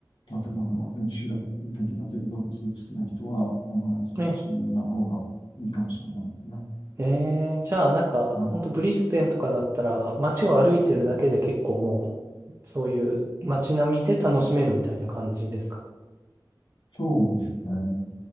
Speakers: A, on the left; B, on the right.
A: 建物の歴史的な建造物好きな人は、あの、そっちの方がいいかもしれないですね。
B: ねえええじゃあ、なんか、
A: はい。
B: ほんとブリスベンとかだったら、街を歩いてるだけで結構もう、
A: うん
B: そういう街並みで楽しめるみたいな感じですかね。
A: そうですね。